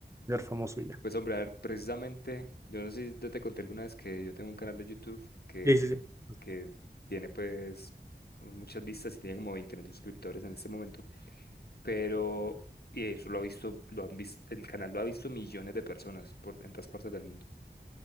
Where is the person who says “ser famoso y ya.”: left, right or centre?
Right